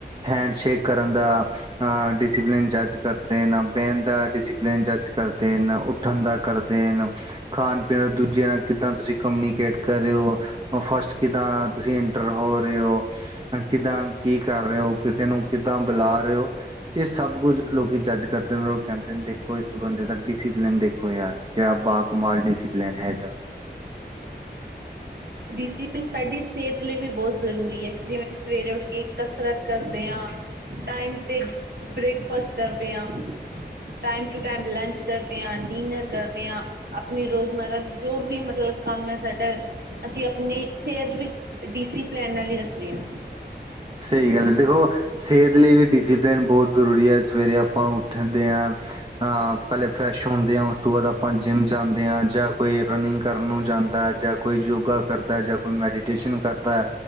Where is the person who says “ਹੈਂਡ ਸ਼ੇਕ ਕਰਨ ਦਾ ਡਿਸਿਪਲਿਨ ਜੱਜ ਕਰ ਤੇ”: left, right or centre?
Right